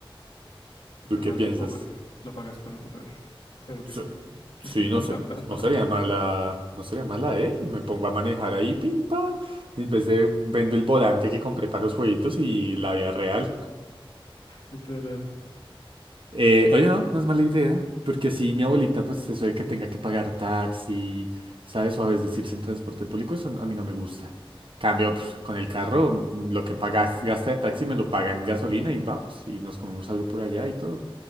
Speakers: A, on the left; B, on the right.
A: y
B: ¿Tú
A: te vas
B: qué piensas?
A: de Uber, lo pagas con Uber, claro
B: Sí,
A: que sí.
B: sí,
A: <laughs>
B: no sé, no sería mala, no sería mala, ¿eh? Me pongo a manejar ahí, pim pam, en vez de vendo el volante que compré para los jueguitos y la vida real.
A: Literal.
B: Eh, oye, no, no es mala idea, porque si mi abuelita, pues eso de que tenga que pagar taxi, ¿sabes? O a veces irse en transporte público, eso a mí no me gusta. Cambio, pues, con el carro, mm, lo que pagas, gasta de taxi me lo pagan en gasolina y vamos, y nos comemos algo por allá y todo.